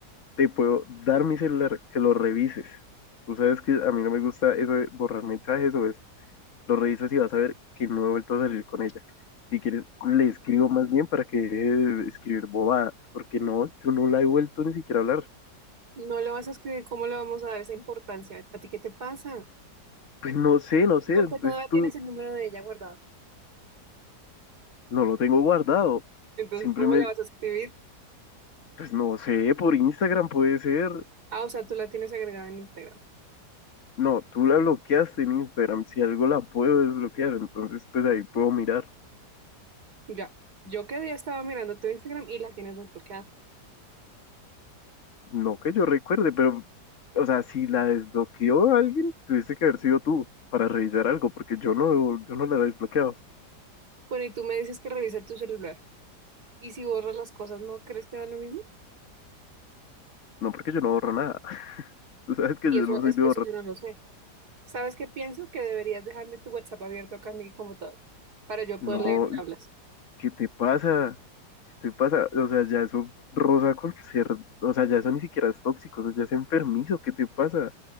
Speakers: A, on the left; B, on the right.
A: Te puedo dar mi celular, que lo revises. Tú sabes que a mí no me gusta eso de borrar mensajes o esto. lo revisas y vas a ver que no he vuelto a salir con ella. Si quieres, le escribo más bien para que deje de escribir bobadas, porque no, yo no la he vuelto ni siquiera a hablar.
B: No le vas a escribir, ¿cómo le vamos a dar esa importancia? ¿A ti qué te pasa?
A: Pues no sé, no sé,
B: Porque todavía
A: pues tú,
B: tienes el número de ella guardado.
A: no lo tengo guardado.
B: Entonces,
A: Simplemente,
B: ¿cómo le vas a escribir?
A: pues no sé, por Instagram puede ser.
B: Ah, o sea, tú la tienes agregada en Instagram.
A: No, tú la bloqueaste en Instagram, si algo la puedo desbloquear, entonces pues ahí puedo mirar.
B: Ya. Yo que día estaba mirando tu Instagram y la tienes desbloqueada.
A: No que yo recuerde, pero, o sea, si la desbloqueó alguien, tuviste que haber sido tú para revisar algo, porque yo no, yo no la he desbloqueado.
B: Bueno, y tú me dices que revise tu celular. Y si borras las cosas, ¿no crees que da lo mismo?
A: No porque yo no borro nada. <laughs> Tú sabes que
B: Y
A: yo no
B: eso es
A: soy de
B: que
A: borrar.
B: eso yo no lo sé. ¿Sabes qué pienso? Que deberías dejarme tu WhatsApp abierto acá en mi computador para yo
A: No,
B: poder leer qué hablas.
A: ¿qué te pasa? ¿Qué te pasa? O sea, ya eso rosa con ser, o sea, ya eso ni siquiera es tóxico, eso ya es enfermizo, ¿qué te pasa?